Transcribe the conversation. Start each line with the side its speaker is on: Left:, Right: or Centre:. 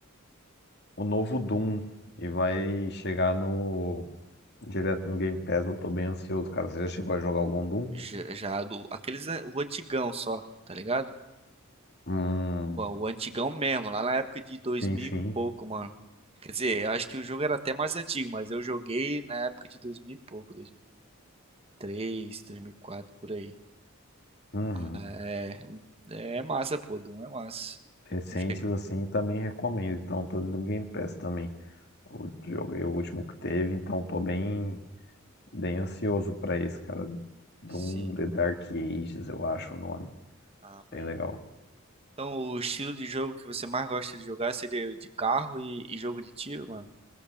Left: o novo Doom e vai chegar no direto no Game Pass. Eu tô bem ansioso, cara. Você já chegou a jogar algum Doom?
Right: Já, já do, aqueles, an- o antigão só, tá ligado?
Left: Hum,
Right: Pô, O antigão mesmo, lá na época de 2000
Left: sim, sim.
Right: e pouco, mano. Quer dizer, eu acho que o jogo era até mais antigo, mas eu joguei na época de 2000 e pouco, 2003, quatro por aí.
Left: Uhum.
Right: É, é é massa, pô, Doom é massa.
Left: Recentes
Right: Não chega-
Left: assim também recomendo. Então, tô no Game Pass também. Eu joguei o último que teve, então tô bem Bem ansioso pra esse, cara. Doom
Right: Sim.
Left: The Dark Ages, eu acho o nome.
Right: Ah, pode
Left: Bem legal.
Right: crer. Então, o estilo de jogo que você mais gosta de jogar seria o de carro e, e jogo de tiro, mano?